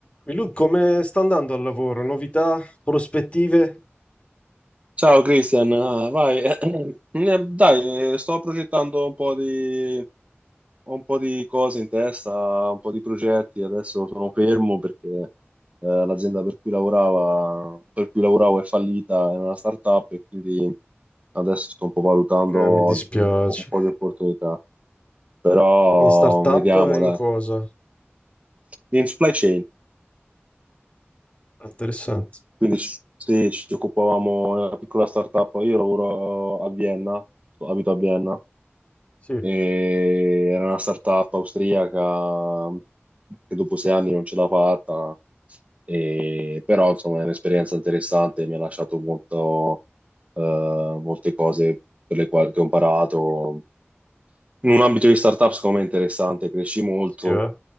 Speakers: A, on the left; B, on the right.
A: Milud, come sta andando al lavoro? Novità, prospettive?
B: Ciao Cristian, Ah, vai. <clears throat> Eh, Dai, eh, sto progettando un po' di, ho un po' di cose in testa, un po' di progetti. Adesso sono fermo perché eh, l'azienda per cui lavorava, per cui lavoravo è fallita, era una startup e quindi adesso sto un po' valutando
A: Eh, mi dispiace.
B: un po', un po' di opportunità. Però
A: In startup,
B: vediamo,
A: eh,
B: dai.
A: in cosa?
B: In supply chain,
A: Ah, Interessante.
B: quindi s- sì, ci occupavamo di una piccola startup. Io lavoro a Vienna, abito a Vienna
A: Sì,
B: E era una startup austriaca che dopo sei anni non ce l'ha fatta, e- però insomma è un'esperienza interessante, mi ha lasciato molto, eh, molte cose per le quali che ho imparato. In un ambito di startup, secondo me è interessante, cresci molto,
A: sì, eh.